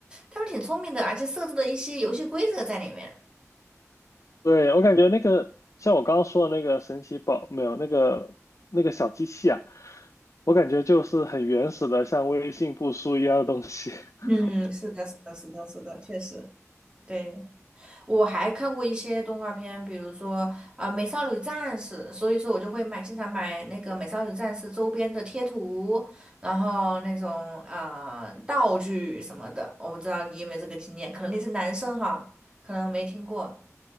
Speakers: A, on the right; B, on the left.
A: 他们挺聪明的，而且设置了一些游戏规则在里面。
B: 对，我感觉那个像我刚刚说的那个神奇宝没有那个那个小机器啊，我感觉就是很原始的像微信步数一样的东西。<laughs>
A: 嗯，<laughs> 是的，是的，是的，是的，确实，对，我还看过一些动画片，比如说啊，呃美少女战士》，所以说我就会买，经常买那个《美少女战士》周边的贴图，然后那种啊、呃道具什么的。我不知道你有没有这个经验，可能你是男生哈，可能没听过。